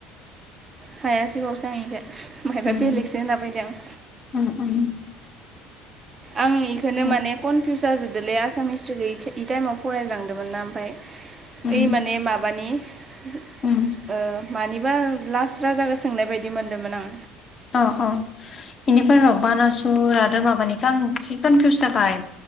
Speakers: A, on the right; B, on the left.
A: हायासै बावसो आं इख' माहायबा
B: उम
A: बेलेगसो होनलाबायदों
B: उम उम
A: आं इखोनो
B: उम
A: माने कनफिउस जाजोबदोलै आसाम हिसट्रि गै इ टाइमाव फरायज्रांदोंमोन ना ओमफ्राय
B: उम
A: ओइ माने माबानि ओ
B: उम
A: मानिबा लास्ट्रा जागो सोंनाय बायदि मोनदोंमोन आं।
B: अ अ इनिफ्राय र बानासुर आरो माबानिखौ आं एसे कनफिउस जाबाय।